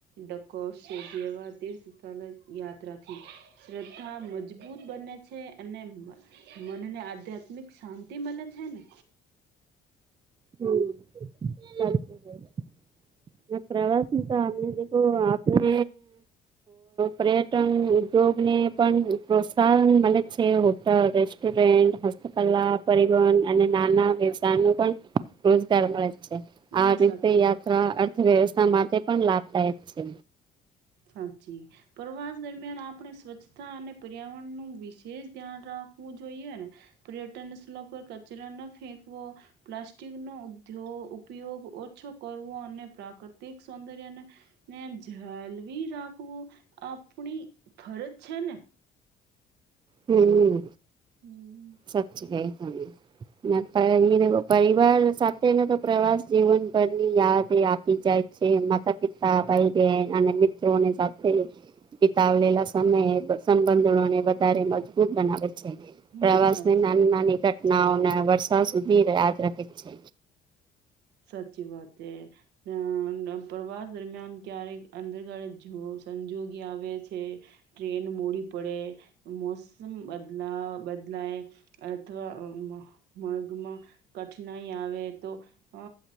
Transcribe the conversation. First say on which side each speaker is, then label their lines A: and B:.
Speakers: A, on the right (about 80°); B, on the right (about 25°).
A: ડકોર સેવા જેવા તીર્થ સ્થળ યાત્રાથી શ્રદ્ધા મજબૂત બને છે અને મ મનને આધ્યાત્મિક શાંતિ મલે છેને
B: હમ સા <unintelligible> ના પ્રવાસ તો આપને આપને પર્યટન ઉદ્યોગને પણ પ્રોત્સાહન મલે છે હોટલ રેસ્ટોરન્ટ હસ્તપલા પરીવન અને નાના વ્યવાય નુ પણ રોજગાર મળે છે
A: હમ
B: આ રીતે
A: સાચી
B: યાત્રા અર્થવ્યવસ્થા માટે પણ લાભદાયક છે
A: સાચી પ્રવાસ દરમિયાન આપણે સ્વચ્છતા અને પર્યાવરણ નું વિશેષ ધ્યાન રાખ રાખવુ જોઈને પીર્યટન સ્લોક પર કચરા ન ફેકવો પ્લાસ્ટિક નો ઉધોગ તો ઉપયોગ ઓછો કરવો અને પ્રાકૃતિક સૌદર્ય જાલ વી રાખવો આપણી ફરજ છે ને
B: હમ
A: હમ
B: સાચી કઈ તમે માતા એ એ એવો પરિવાર સાથેને તો પ્રવાસ જીવન પરની યાદ એ આપી જાય છે માતા પિતા ભાઈ બહેન અને મિત્રોની સાથે પિતાવલેલા સમય સંબંધો ને બધા વધારે મજબૂત બનાવે છે
A: હા
B: પ્રવાસ
A: સાચી
B: ને નાની નાની નવા નવા વર્ષા સુધી યાદ રાખે છે
A: સાચી વાત છે પ્રવાસ દરમિયાન ક્યારેક અંદરગાળે જુઓ સંજોગી આવે છે ટ્રેન મોડી પડે મોસમ બદલા બદલા બદલાય અથવા મગમાં કઠિનાઈ આવે તો અ